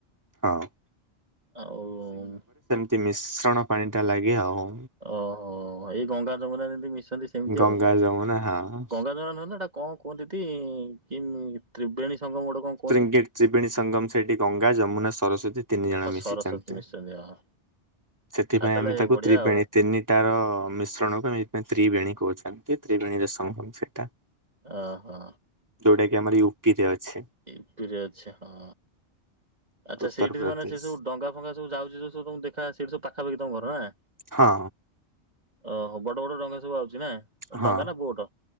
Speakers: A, on the right (about 15°); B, on the right (about 35°).
A: ହଁ
B: ଆଉ-ଉ-ଉ-ଉ
A: ତି ମିଶ୍ରଣ ପାଣି ଟା ଲାଗେ ଆଉ।
B: ଓହୋ ଏଇ ଗଙ୍ଗା ଜମୁନା ଯେମିତି ମିଶନ୍ତି ସେମିତି
A: ଗଙ୍ଗା
B: ଆଉ
A: ଯମୁନା ହଁ।
B: ଗଙ୍ଗା ଯମୁନା ନୁହନା ହେଟା କଣ କୁହନ୍ତି-ଇ-ଇ-ଇ କି ତ୍ରିବେଣୀ ସଂଙ୍ଗମ ଗୋଟେ କ
A: ତ୍ରିଙ୍ଗିର ତ୍ରିବେଣୀ ସଙ୍ଗମ ସେଠି ଗଙ୍ଗା ଯମୁନା ସରସ୍ୱତୀ ତିନି ଜଣ
B: ହଁ
A: ମିଶିଚନ୍ତି
B: ସରସ୍ଵତୀ ମିଶଛନ୍ତି ହଁ
A: ସେଥିପାଇଁ
B: ଆଉ ତାହେଲେ
A: ଆମେ ତାକୁ
B: ବଢିଆ
A: ତ୍ରିବେଣୀ
B: ଆଉ
A: ତିନି ସେଟାର-ଅ-ଅ-ଅ ମିଶ୍ରଣକୁ ଆମେ ଏଥିପାଇଁ ତ୍ରିବେଣୀ କହୁଛନ୍ତି ତ୍ରିବେଣୀର ସଂଙ୍ଗମ ସେଟା।
B: ଓହୋ।
A: ଯେଉଁଟା କି ଆମର ୟୁ ପି ରେ ଅଛି।
B: ୟୁ ପି ରେ ଅଛି ହଁ। ଆଚ୍ଛା
A: ଉତ୍ତରପ୍ରଦେଶ।
B: ସେଠି ମାନେ ସେ ସବୁ ଡଙ୍ଗା ଫଙ୍ଗା ସବୁ ଯାଉଛି ଯଉ ସବୁମ ଦେଖା ସେଠି ସବୁ ପାଖାପାଖି ତମ ଘର ନା?
A: ହଁ।
B: ଓହୋ ବଡ଼ ବଡ଼ ଡଙ୍ଗା ସବୁ ଆଉଚି ନା
A: ହଁ
B: ଡଙ୍ଗା ନା ବୋଟ୍?